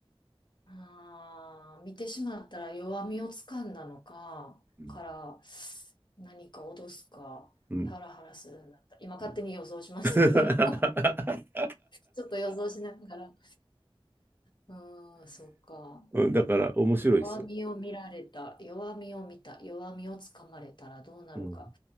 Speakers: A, on the left (about 50°); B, on the right (about 20°).
A: あー見てしまったら弱みをつかんだのか、
B: う
A: から何か脅すか、
B: んう
A: ハラハラするんだった。今勝手に予想しましたけど、
B: ん <laughs>
A: <laughs> ちょっと予想しながら。うーん、そうか。
B: だから面白いですよ、
A: 弱みを見られた、弱みを見た、弱みをつかまれたらどうなるか、
B: うん